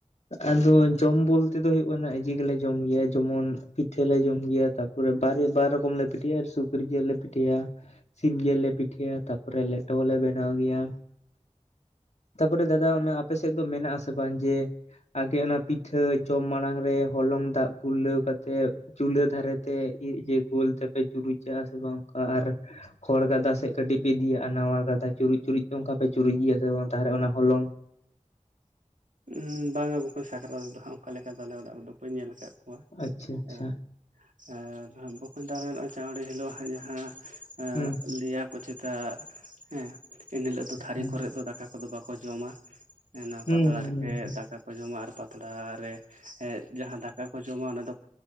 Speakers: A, on the left; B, on the right.
A: ᱟᱫᱚ ᱡᱚᱢ ᱵᱚᱞᱛᱮ ᱫᱚ ᱦᱳᱭᱳᱜ ᱠᱟᱱᱟ ᱤᱡᱟᱹ ᱜᱮᱞᱮ ᱡᱚᱢ ᱜᱮᱭᱟ ᱡᱮᱢᱚᱱ ᱯᱤᱴᱷᱟᱹ ᱞᱮ ᱡᱚᱢ ᱜᱮᱭᱟ, ᱛᱟᱯᱚᱨᱮ ᱵᱟᱨᱮ ᱵᱟᱨᱚᱢ ᱠᱚᱢ ᱞᱮ ᱯᱤᱴᱟᱹᱭᱟ ᱟᱨ ᱥᱩᱠᱨᱤ ᱡᱮᱞ ᱞᱮ ᱯᱤᱴᱟᱹᱭᱟ᱾ ᱥᱤᱢ ᱡᱮᱞ ᱞᱮ ᱯᱤᱴᱷᱟᱹᱭᱟ, ᱛᱟᱯᱚᱨᱮ ᱞᱮᱴᱚ ᱦᱚᱞᱮ ᱵᱮᱱᱟᱣ ᱜᱮᱭᱟ᱾ ᱛᱟᱯᱚᱨᱮ ᱫᱟᱫᱟ ᱚᱱᱟ ᱟᱯᱮ ᱥᱮᱫ ᱫᱚ ᱢᱮᱱᱟᱜ ᱟᱥᱮ ᱵᱟᱝ ᱡᱮ ᱟᱜᱮ ᱚᱱᱟ ᱯᱤᱴᱷᱟᱹ ᱡᱚᱢ ᱢᱟᱲᱟᱝ ᱨᱮ ᱦᱚᱞᱚᱝ ᱫᱟᱜ ᱠᱩᱞᱟᱹᱣ ᱠᱟᱛᱮᱜ ᱪᱩᱞᱦᱟᱹ ᱫᱷᱟᱨᱮ ᱛᱮ ᱤᱡ ᱡᱮ ᱜᱳᱞ ᱛᱮᱯᱮ ᱪᱩᱨᱩᱪᱟᱜ-ᱟ ᱥᱮ ᱵᱟᱝ? ᱚᱱᱠᱟ ᱟᱨ ᱠᱷᱚᱲ ᱜᱟᱫᱟ ᱥᱮᱫ ᱠᱟᱹᱴᱤᱡ ᱯᱮ ᱤᱫᱤᱭᱟᱼᱟ, ᱟᱨ ᱱᱟᱣᱟ ᱜᱟᱫᱟ ᱪᱩᱨᱩᱡ ᱪᱩᱨᱩᱡ ᱛᱮ ᱚᱱᱠᱟ ᱯᱮ ᱪᱩᱨᱩᱡᱤᱡ ᱜᱮᱭᱟ ᱥᱮ ᱵᱟᱝ ᱛᱟᱦᱚᱞᱮ ᱚᱱᱟ ᱦᱚᱞᱚᱝ?
B: ᱩᱦᱩᱸ ᱵᱟᱝ ᱵᱚᱠᱚᱧ ᱥᱟᱠᱨᱟᱛ ᱨᱮᱫᱚ ᱦᱟᱸᱜ ᱚᱱᱠᱟ ᱞᱮᱠᱟ ᱫᱚ ᱟᱞᱮ ᱚᱲᱟᱜ ᱨᱮᱫᱚ ᱵᱟᱹᱧ ᱧᱮᱞ ᱟᱠᱟᱫ ᱠᱚᱣᱟ
A: ᱟᱪᱪᱷᱟ ᱟᱪᱪᱷᱟ
B: ᱦᱮᱸ᱾ ᱟᱨ ᱫᱟ ᱦᱟᱸᱜ ᱵᱟᱠᱚᱧ <unintelligible> ᱪᱟᱣᱬᱮᱸ ᱦᱤᱞᱳᱜ ᱦᱟᱸᱜ ᱡᱟᱦᱟᱸ ᱟᱸ
A: ᱦᱩᱸ
B: ᱞᱟᱹᱭᱟ ᱠᱚ ᱪᱮᱛᱟ ᱦᱮᱸ ᱮᱱ ᱦᱤᱞᱳᱜ ᱫᱚ ᱛᱷᱟᱹᱨᱤ
A: ᱦᱩᱸ
B: ᱠᱚᱨᱮᱜ ᱫᱚ ᱫᱟᱠᱟ ᱠᱚᱫᱚ ᱵᱟᱠᱚ ᱡᱚᱢᱟ᱾ ᱮ ᱱᱚᱣᱟ
A: ᱦᱩᱸ
B: ᱯᱟᱛᱲᱟ
A: ᱦᱩᱸ
B: ᱨᱮᱠ
A: ᱦᱩᱸ
B: ᱫᱟᱠᱟ ᱠᱚ ᱡᱚᱢᱟ ᱟᱨ ᱯᱟᱛᱲᱟ ᱨᱮ ᱮᱜ ᱡᱟᱦᱟᱸ ᱫᱟᱠᱟ ᱠᱚ ᱡᱚᱢᱟ ᱚᱱᱟ ᱫᱚ